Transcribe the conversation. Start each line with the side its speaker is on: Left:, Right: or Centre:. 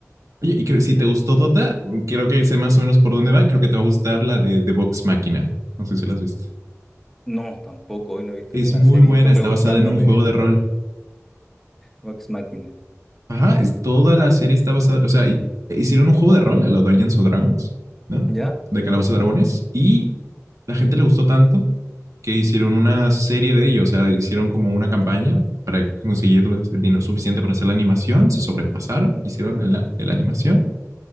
Right: Oye, y creo, si te gustó Dota, creo que sé más o menos por dónde va. Creo que te va a gustar la de, de Vox Máquina. No sé si la has visto.
Centre: No, tampoco, hoy no he visto
Right: Es
Centre: ni una
Right: muy
Centre: serie.
Right: buena,
Centre: Estoy
Right: está
Centre: preguntándome
Right: basada en un juego de rol.
Centre: Vox Machina.
Right: Ajá, es- toda la serie está basada, o sea, hi- hicieron un juego de rol a los Dungeons o Dragons, ¿no?
Centre: ¿Ya?
Right: De Calabozos y Dragones, y la gente le gustó tanto que hicieron una serie de ellos, o sea, hicieron como una campaña para conseguir los- el dinero suficiente para hacer la animación, se sobrepasaron, hicieron la, la animación,